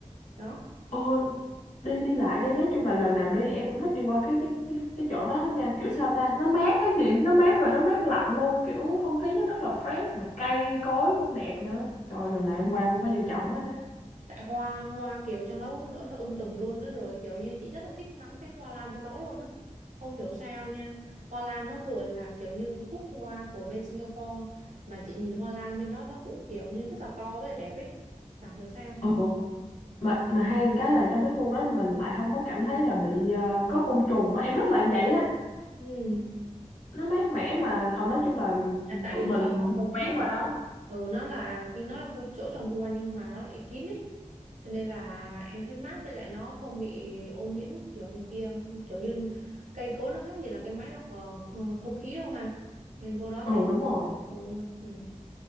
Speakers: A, on the right; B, on the left.
A: đó
B: uh... đi đi lại đi nói chung là lần nào đi em cũng thích đi qua cái cái cái cái chỗ đó hết nha kiểu sao ta nó mát á chị nó mát rồi nó mát lạnh luôn kiểu không khí nó rất là fresh mà cây cối cũng đẹp nữa trời lần nào
A: Ừ.
B: em qua em cũng phải vô trọng hết á
A: tại hoa hoa kiểu trong đó nó, nó um tùm luôn á rồi kiểu như chị rất là thích ngắm cái hoa lan trong đó luôn á không hiểu sao nha hoa lan nó vừa là kiểu như quốc hoa của bên Singapore mà chị nhìn hoa lan bên đó nó cũng kiểu như rất là to với lại đẹp ấy chẳng hiểu sao
B: ừ. mà mà hay một cái là trong cái khu đó mình lại không có cảm thấy là bị ờ, có côn trùng á em thích là như vậy á
A: ừ
B: nó mát mẻ mà ờ, nói chung là
A: À, tại
B: tụi
A: vì
B: mình
A: nó là phòng
B: mua
A: phòng
B: vé
A: kín
B: qua đó
A: ừ, nó là nó là khu chỗ trồng hoa nhưng mà nó lại kín ấy cho nên là em thấy mát với lại nó không bị ô nhiễm kiểu này kia kiểu như cây cối nó khác gì là cái máy lọc ờ, kh- không khí đâu ha nên vô đó
B: ừ
A: thấy nó
B: đúng rồi
A: rồi luôn ừ.